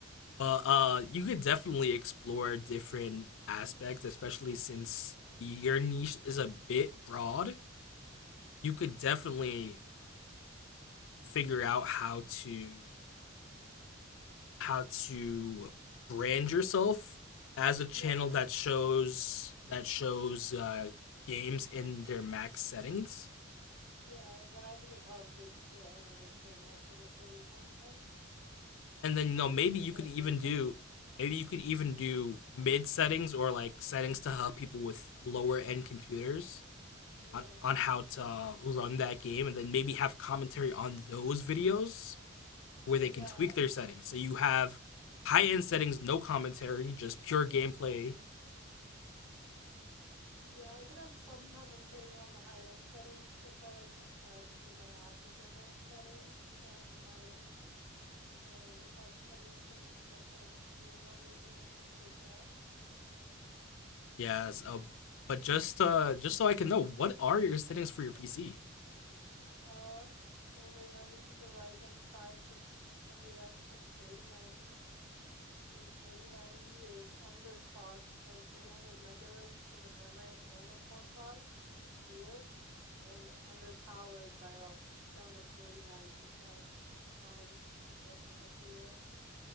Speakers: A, on the left (about 65°); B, on the right (about 80°).
A: But uh, you could definitely explore different aspects, especially since your niche is a bit broad. You could definitely figure out how to how to brand yourself as a
B: Yeah,
A: channel that shows that shows uh, games in their max settings
B: Yeah, and then I could probably just do a whole nother channel for the silly content
A: and then you know maybe
B: that would be
A: you
B: separated.
A: could even do maybe you could even do mid settings or like settings to help people with lower end computers
B: Yeah,
A: on, on how to run that game and then maybe have commentary on those videos where they
B: yeah,
A: can tweak their settings so you have high end settings no commentary just
B: I
A: pure
B: could
A: gameplay
B: probably. Yeah, I could have some commentary even on the high end settings if I like described my afterburner settings and my like my overclock settings and what kind of cooling I'm using and things like that.
A: Yes, uh, but just uh, just so I can know, what are your settings for your PC?
B: Uh, so right now this is a Ryzen five fifty six hundred x with a 3090. The thirty-ninety is underclocked by three hundred megahertz for the memory and the core clock to keep it cooler, and underpowered by about down to forty-nine percent um, to keep it on the cooler end.